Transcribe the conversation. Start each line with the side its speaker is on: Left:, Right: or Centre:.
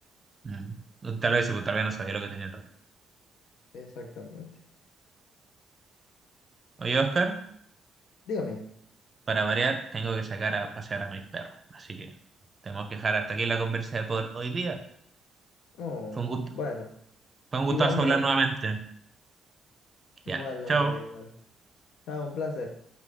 Right: Mm. O Tal vez, o tal vez no sabía lo que tenía en realidad.
Left: Exactamente.
Right: Oye, Oscar,
Left: Dígame.
Right: para variar, tengo que sacar a pasear a mis perros. Así que tenemos que dejar hasta aquí la conversa de por hoy día.
Left: Oh,
Right: Fue un gusto.
Left: bueno.
Right: Fue un
Left: Igualmente.
Right: gustazo hablar nuevamente.
Left: Igual,
Right: Ya,
Left: la
Right: chao.
Left: verdad, igual. Chao, un placer.